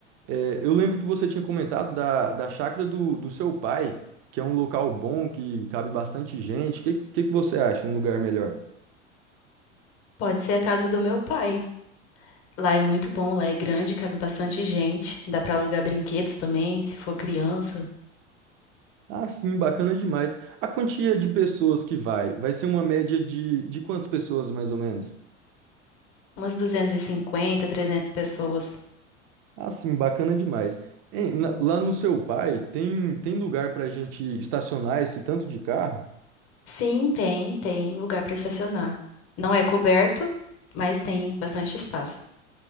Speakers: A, on the right; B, on the left.
A: eh, eu lembro que você tinha comentado da, da chácara do, do seu pai, que é um local bom, que cabe bastante gente. O que, que que você acha? Um lugar melhor?
B: pode ser a casa do meu pai. Lá é muito bom, lá é grande, cabe bastante gente. Dá pra alugar brinquedos também, se for criança.
A: Ah, sim, bacana demais. A quantia de pessoas que vai? Vai ser uma média de, de quantas pessoas, mais ou menos?
B: Umas duzentas e cinquenta, trezentas pessoas.
A: Ah, sim, bacana demais. Hein, na- lá no seu pai, tem, tem lugar para a gente estacionar esse tanto de carro?
B: Sim, tem, tem lugar pra estacionar. Não é coberto, mas tem bastante espaço.